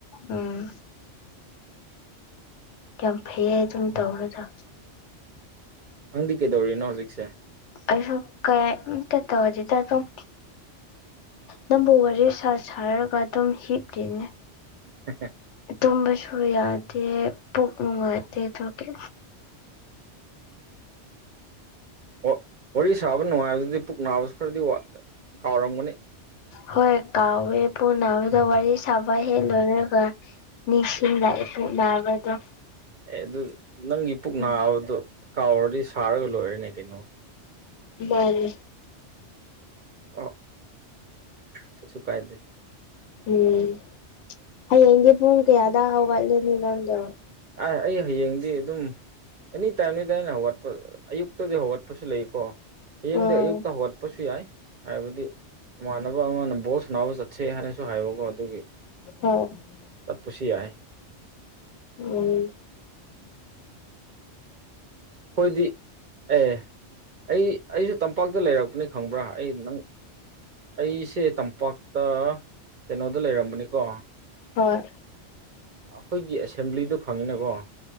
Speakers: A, on the left; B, on the right.
A: ꯎꯝ ꯌꯥꯝ ꯐꯩꯌ‌ꯦ ꯑꯗꯨꯝ ꯇꯧꯔꯗ
B: ꯅꯪꯗꯤ ꯀꯩꯗꯧꯔꯤꯅꯣ ꯍꯧꯖꯤꯛꯁꯦ
A: ꯑꯩꯁꯨ ꯀꯩ ꯑꯝꯇ ꯇꯧꯗ‌ꯦꯗ ꯗꯨꯝ ꯅꯪꯕꯨ ꯋꯥꯔꯤ ꯁꯥ ꯁꯥꯔꯒ ꯑꯗꯨꯝ ꯍꯤꯞꯂꯤꯅꯦ
B: <unintelligible>
A: ꯇꯨꯝꯕꯁꯨ ꯌꯥꯗꯦ ꯄꯨꯛ ꯅꯨꯡꯉꯥꯏꯇꯦ ꯑꯗꯨꯒꯤ
B: ꯋꯥ ꯋꯥꯔꯤ ꯁꯥꯕ ꯅꯨꯡꯉꯥꯏꯕꯗꯨꯗꯤ ꯄꯨꯛ ꯅꯥꯕꯁꯨ ꯈꯔꯗꯤ ꯋꯥ ꯀꯥꯎꯔꯝꯒꯅꯤ
A: ꯍꯣꯏ ꯀꯥꯎꯋꯦ ꯄꯨꯨꯛ ꯅꯥꯕꯗ‌ꯣ ꯋꯥꯔꯤ ꯁꯥꯕ ꯍꯦꯛ ꯂꯣꯏꯔꯒ ꯅꯤꯡꯁꯤꯡꯂꯛꯑꯦ ꯄꯨꯛ ꯅꯥꯕꯗꯣ
B: ꯑꯦ ꯑꯗꯨ ꯅꯪꯒꯤ ꯄꯨꯛ
A: ꯎꯝ
B: ꯅꯥꯕꯗꯣ ꯀꯥꯎꯔꯗꯤ ꯁꯥꯔꯒ ꯂꯣꯏꯔ‌ꯦꯅꯦ ꯀꯩꯅꯣ
A: ꯃꯥꯅꯦ
B: ꯑ ꯀꯩꯁꯨ ꯀꯥꯏꯗꯦ
A: ꯎꯝ ꯍꯌꯦꯡꯗꯤ ꯄꯨꯡ ꯀꯌꯥꯗ ꯍꯧꯒꯠꯂꯅꯤ ꯅꯪꯗꯣ
B: ꯑ ꯑꯩ ꯍꯌꯦꯡꯗꯤ ꯑꯗꯨꯝ ꯑꯦꯅꯤ ꯇꯥꯏꯝꯅꯤꯗ ꯑꯩꯅ ꯍꯧꯒꯠꯄ ꯑꯌꯨꯛꯇꯗꯤ ꯍꯧꯒꯠꯄꯁꯨ ꯂꯩꯀꯣ ꯍꯌꯦꯡꯗꯤ
A: ꯑꯣ
B: ꯑꯌꯨꯛꯇ ꯍꯧꯒꯠꯄꯁꯨ ꯌꯥꯏ ꯍꯥꯏꯕꯗꯤ ꯏꯃꯥꯟꯅꯕ ꯕ ꯑꯃꯅ ꯕꯣꯜ ꯁꯥꯟꯅꯕ ꯆꯠꯁꯦ ꯍꯥꯏꯅꯁꯨ ꯍꯥꯏꯕꯀꯣ ꯑꯗꯨꯒꯤ
A: <unintelligible>
B: ꯆꯠꯄꯁꯨ ꯌꯥꯏ
A: ꯎꯝ
B: ꯑꯩꯈꯣꯏꯗꯤ ꯑꯦ ꯑꯩ ꯑꯩꯁꯨ ꯇꯝꯄꯥꯛꯇ ꯂꯩꯔꯛꯄꯅꯤ ꯈꯪꯕ꯭ꯔꯥ ꯑꯩ ꯅꯪ ꯑꯩꯁꯦ ꯇꯝꯄꯥꯛꯇ ꯀꯩꯅꯣꯗ ꯂꯩꯔꯝꯕꯅꯤꯀꯣ
A: ꯍꯣꯏ
B: ꯑꯩꯈꯣꯏꯒꯤ ꯑꯦꯁꯦꯝꯕ꯭ꯂꯤꯗꯨ ꯈꯪꯉꯤꯅꯀꯣ